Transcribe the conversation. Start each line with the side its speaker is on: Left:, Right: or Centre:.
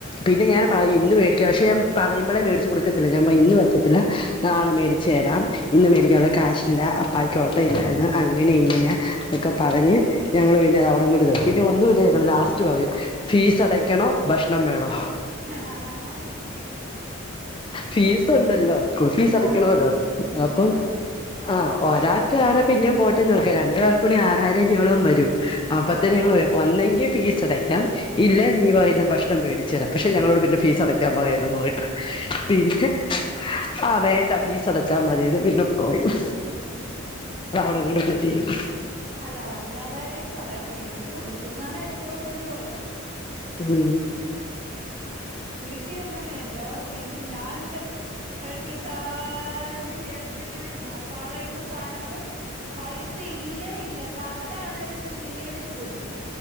Left: പിന്നെ ഞാൻ പാറഞ്ഞു ഇന്ന് വേടിക്ക പക്ഷെ പറയുമ്പളെ മേടിച്ച് കൊടുക്കത്തില്ല ഞാൻ ഇന്ന്പറ്റത്തില്ല നാളെ മേടിച്ചേരാം ഇന്ന് മേടിക്കാൻഉള്ള കാശില്ല അപ്പായ്ക്ക് ഓട്ടം ഇല്ലായിരുന്നു അങ്ങനെ ഇങ്ങനെയാ അതൊക്കെ പറഞ്ഞ് ഞങ്ങള് പിന്നെ അവിടം കൊണ്ട് നിർ പിന്നെ ഒന്നുമില്ല ഞങ്ങള് ലാസ്റ്റ് പറിം ഫീസ് അടയ്ക്കണോ ഭഷ്ണം വേണോ?
Right: ഹ്ഹാ ഹഹഹഹ
Left: ഫീസ് ഉണ്ടല്ലോ സ്കൂൾഫീസ് അടക്കണൊല്ലോ
Right: ആ ഫീസ് സ്കൂൾ
Left: അപ്പൊ
Right: ഫീസ് ഉണ്ടല്ലോ
Left: ആഹ് ഒരാക്കാണ പിന്നേം പോട്ടെന്ന് വെക്കാ രണ്ട് പെ കൂടി ആറായിരം രൂപയോളം വരും. അപ്പൊ
Right: ആ
Left: തന്നെ ഞങ്ങള് പറിം ഒന്നെങ്കി ഫീസ് അടയ്ക്കാം ഇല്ലേയ് നീപറയ്ന്ന ഭക്ഷണം വേടിച്ചരാ പക്ഷെ ഞങ്ങളോട് പിന്നെ ഫീസ് അടയ്ക്കാൻ പറയര്തന്ന് പറിം. പിന്നെ ആവേണ്ട ഫീസ് അടച്ചാമതിന്ന് പിന്നെ പായും.
Right: <unintelligible>
Left: അത അവിടം കൊണ്ടന്നെ തീരും
Right: അല്ല നല്ല കാര്യ പറയണമേടിച്ച് കൊടുക്കുന്നാണ് ഏറ്റവുംവലിയ കൊഴപ്പം.
Left: ഉം
Right: വീട്ടിഅങ്ങനെയല്ല വീട്ടി ഞാനിതക്ക് വഴക്കിട്ടാലും ചേട് ണങ്ങനെയെന്ന പറയുന്ന സാനങ്ങള് പൈസ ഇല്ലേഇല്ല കാഡ്ഡാണേലും ചെന്ന് മേടിച്ചു കൊടുക്കും.